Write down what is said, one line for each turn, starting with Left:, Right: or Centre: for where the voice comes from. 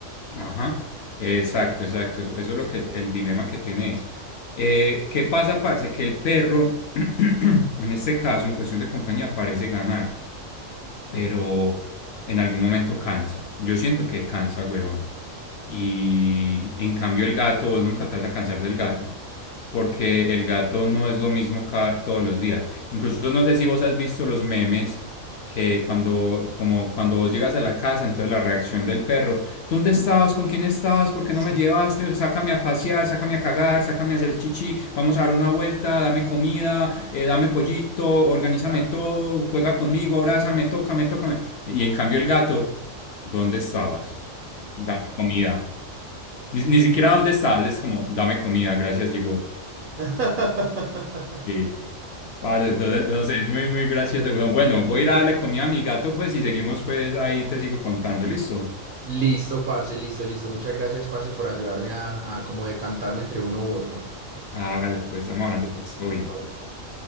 Left: Ajá, exacto, exacto. Eso, eso es lo que el dilema que tenés. Eh, ¿qué pasa, parce? Que el perro, <clears throat> en este caso, en cuestión de compañía, parece ganar pero en algún momento cansa. Yo siento que cansa, huevón. Y en cambio el gato, vos nunca te vas a cansar del gato, porque el gato no es lo mismo cada, todos los días. Incluso no sé si vos has visto los memes que cuando, como cuando vos llegas a la casa, entonces la reacción del perro, ¿dónde estabas? ¿Con quién estabas? ¿Por qué
Right: Sí,
Left: no me llevaste? Sácame a pasear, sácame a cagar, sácame a hacer chichi, vamos a dar una vuelta, dame comida, eh, dame pollito, organízame
Right: total.
Left: todo, juega conmigo, abrázame, tócame, tócame. Y en cambio el gato, ¿dónde estabas? Dame comida. Ni, ni siquiera dónde estás, es como, dame comida, gracias, llegó.
Right: <laughs>
Left: Sí. Vale,
Right: Sí,
Left: entonces,
Right: güey.
Left: no sé, es muy, muy gracioso, weón. Bueno, voy a ir a darle comida a mi gato, pues, y seguimos, pues, ahí te sigo contando, ¿listo?
Right: Listo, parce, listo, listo. Muchas gracias, parce, por ayudarme a, a como decantarme entre uno u otro.
Left: Hágale, pues, estamos hablando, pues, todo bien.
Right: Está bien, parce.